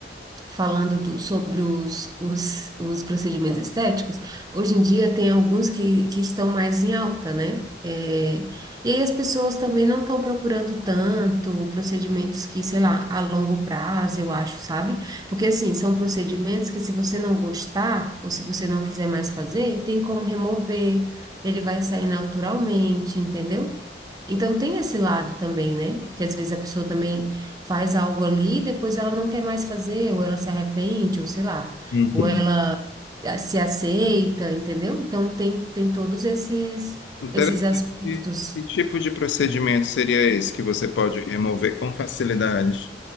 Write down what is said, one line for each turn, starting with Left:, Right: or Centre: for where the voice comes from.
Right: falando do- sobre os, os, os procedimentos estéticos, hoje em dia tem alguns que, que estão mais em alta, né? É, e aí as pessoas também não estão procurando tanto procedimentos que, sei lá, a longo prazo, eu acho, sabe? Porque, assim, são procedimentos que se você não gostar ou se você não quiser mais fazer, tem como remover, ele vai sair naturalmente, entendeu? Então tem esse lado também, né? Que às vezes a pessoa também faz algo ali, depois ela não quer mais fazer, ou ela se arrepende, ou sei lá,
Left: Uhum.
Right: ou ela eh, se aceita, entendeu? Então tem, tem todos esses
Left: Interessante.
Right: esses aspectos.
Left: E que tipo de procedimento seria esse que você pode remover com facilidade?